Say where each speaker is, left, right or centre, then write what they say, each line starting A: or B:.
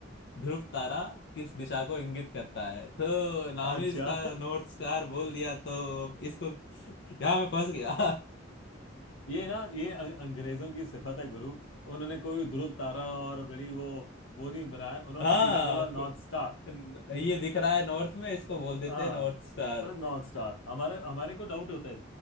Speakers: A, on the left; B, on the left.
A: ध्रुव तारा किस दिशा को इंगित करता है तो नाम
B: अच्छा
A: ही इसका नॉर्थ स्टार बोल दिया तो अब इसको यहाँ मैं फंस गया
B: ये ना ये अं- अंग्रेजों की सिफत है गुरु उन्होंने कोई ध्रुव तारा और बड़ी वो वो नहीं बनाया
A: <laughs>
B: उन्होंने
A: हाँ
B: सीधा बोला नॉर्थ
A: को-
B: स्टार हम्म
A: ये दिख रहा है नॉर्थ में इसको बोल देते
B: हाँ
A: हैं नॉर्थ स्टार
B: मतलब नॉर्थ स्टार हमारे हमारे को डाउट होता है